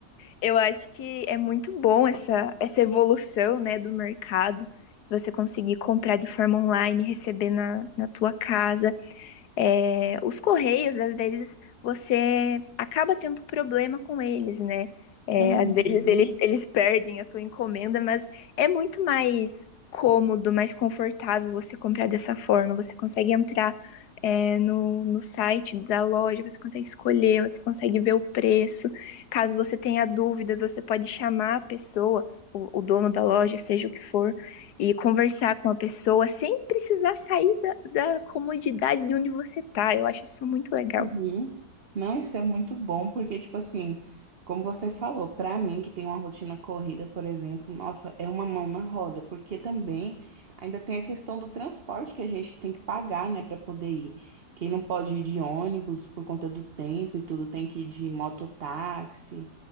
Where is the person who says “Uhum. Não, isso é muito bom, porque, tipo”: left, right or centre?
Right